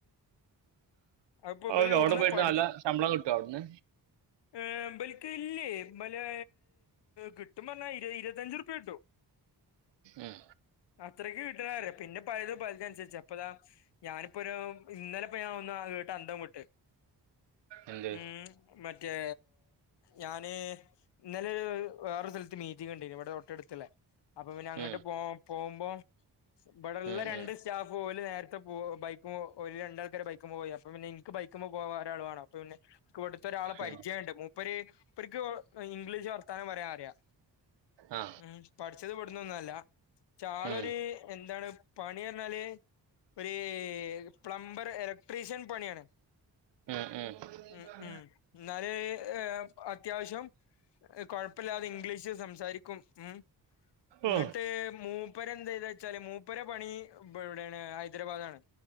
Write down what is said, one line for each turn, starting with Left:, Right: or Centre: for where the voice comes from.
Left: അഹ്പ്പൊ
Right: ഓ,
Left: ബല്
Right: ഇത്
Left: എവുട്ന്നാ
Right: അവിടെ പോയിട്ട്
Left: പഡ്ച്
Right: നല്ല ശമ്പളം കിട്ടോ അവ്ട്ന്ന്?
Left: ഏഹ് ബൽക്ക് ഇല്ലേ ബലേ.......... കിട്ടുമ്പന്നാ പറഞ്ഞാ ഇരുവ ഇരുവത്തഞ്ച് ർപ്യ കിട്ടും.
Right: ആഹ്.
Left: അത്രക്ക് കിട്ട്ണ് പറയാ. പിന്നെ പൽതും പല്തന്സരിചാ പ്പതാ ഞാനിപ്പൊരു, ഇന്നലെപ്പൊ ഞാൻ ഒന്ന് അഹ് കേട്ട് അന്തം വിട്ട്.....
Right: എന്ത്
Left: ഉം. മറ്റേ......... ഞാന്......... ഇന്നലെ വേറൊര് സ്ഥലത്ത് മീറ്റിങ് ണ്ടേര്ന്ന്, ഇവടെ തോട്ടട്ത്ത്ള്ളെ. അപ്പൊ പിന്നെ അങ്ങട്ട്
Right: ഉം
Left: പോ... പോവ്മ്പോ- ബടെ ള്ള
Right: ഉം
Left: രണ്ട്
Right: ഉം
Left: സ്റ്റാഫ്‌ ഓല് നേർത്തെ പോ... ബൈക്കുമ്മ ഓല് രണ്ടാൾക്കാര് ബൈക്കുമ്മ പോയി അപ്പൊ പിന്നെ ഇൻക് ബൈ- ക്കുമ്മ പോവാൻ ഒരാള് വാണം. പ്പൊ പിന്നെ ക്ക് ബടെ ത്തൊരാളെ പരിചയണ്ട്.
Right: ഉം.
Left: മൂപ്പര് പ്പർക്ക് ഇംഗ്ലീഷ് വർത്താനം പറയാൻ അറിയാ.
Right: ആ
Left: ഉം..... പഠിച്ചത് ബട്ന്നൊന്നല്ല. ആളൊര്.....
Right: ഉം
Left: എന്താണ് പണി പറഞ്ഞാല്. ഒര്...... പ്ലംബർ.. എലക്ട്രീഷ്യൻ പണിയാണ്
Right: മം മം.
Left: ഉം ഉം... ന്നാല്... ഏഹ്... അത്യാവശ്യം. കൊഴപ്പല്ലാതെ ഇംഗ്ലീഷ് സംസാരിക്കും ഉം........ ഇങ്ങട്ട്
Right: ഓ
Left: മൂപ്പരെന്താതെയ്ചാല് മൂപ്പര പണി പ്പ എവ്ടാണ്...... ഹൈദരാബാദാണ്.